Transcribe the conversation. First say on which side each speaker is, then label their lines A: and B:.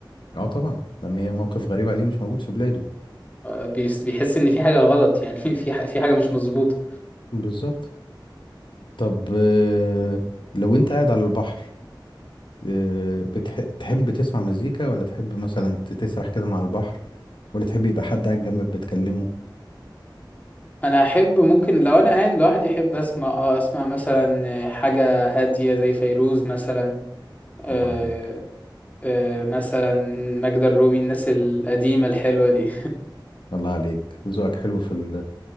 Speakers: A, on the left; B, on the left.
A: اه طبعا لان هي موقف غريب عليه مش موجود في بلاده
B: بيس- بيحس ان في حاجه غلط يعني <laughs> في ح- في حاجه مش مظبوطه
A: بالظبط طب آه، لو انت قاعد على البحر آه، بتح... تحب تسمع مزيكا ولا تحب مثلا ت- تسرح كده مع البحر ولا تحب يبقى حد قاعد جنبك بتكلمه
B: انا احب ممكن لو انا قاعد لوحدي احب اسمع اه اسمع مثلا حاجه هاديه زي فيروز مثلا آه
A: الله عليك
B: آه مثلا ماجدة الرومي الناس القديمه الحلوه دي
A: الله عليك ذوقك حلو في ال...